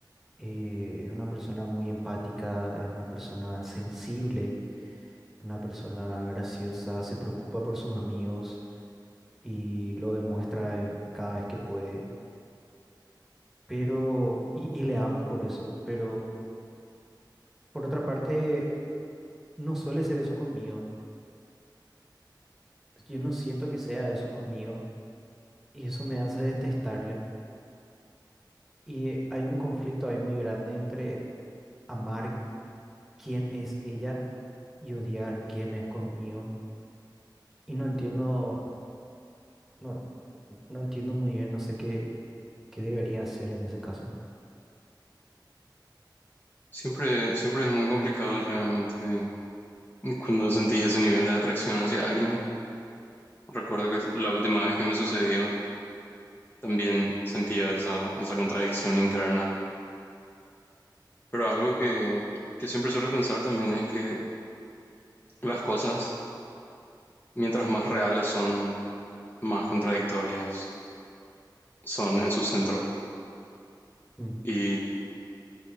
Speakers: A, in the centre; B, on the left (about 25°).
A: eh, es una persona muy empática, es una persona sensible, una persona graciosa, se preocupa por sus amigos y lo demuestra eh, cada vez que puede. pero, y, y le amo por eso, pero por otra parte, no suele ser eso conmigo. Yo no siento que sea eso conmigo y eso me hace detestarle. Y hay un conflicto ahí muy grande entre amar quién es ella y odiar quién es conmigo. Y no entiendo, no, no entiendo muy bien, no sé qué, qué debería hacer en ese caso.
B: Siempre, siempre es muy complicado realmente cuando sentís ese nivel de atracción hacia alguien. Recuerdo que la última vez que me sucedió también sentía esa, esa contradicción interna. Pero algo que, que siempre suelo pensar también es que las cosas, mientras más reales son, más contradictorias son en su centro.
A: Mm,
B: Y